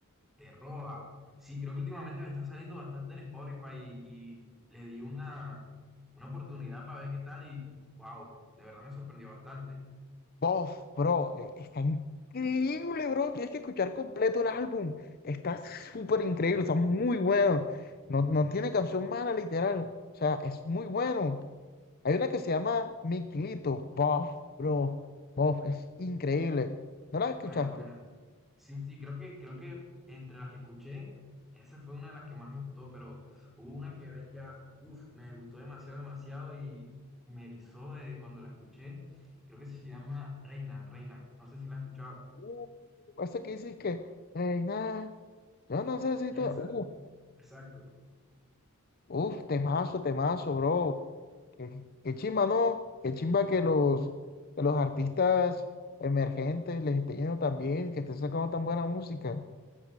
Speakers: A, in the centre; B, on the left.
A: ¿Te roba? Sí, creo que últimamente me está saliendo bastante en Spotify y, y le di una, una oportunidad para ver qué tal y wow, de verdad me sorprendió bastante.
B: Bof, bro, eh, está increíble, bro. Tienes que escuchar completo el álbum. Está súper increíble, está muy bueno. No, no tiene canción mala, literal. O sea, es muy bueno. Hay una que se llama Miquilito. Bof, bro. Bof, es increíble. ¿No la escuchaste?
A: Buena, buena. Sí, sí, creo que, creo que entre las que escuché, esa fue una de las que más me gustó, pero hubo una que bestia, uff, me gustó demasiado, demasiado y, y me erizó de cuando la escuché. Creo que se llama Reina, Reina, no sé si la has escuchado.
B: Uh, Ese que dices que, hey nada, yo no sé si
A: Esa.
B: to- Uh,
A: Exacto.
B: uf, temazo, temazo, bro. Qué, qué chimba, ¿no? Qué chimba que los, que los artistas emergentes les esté yendo tan bien, que estén sacando tan buena música.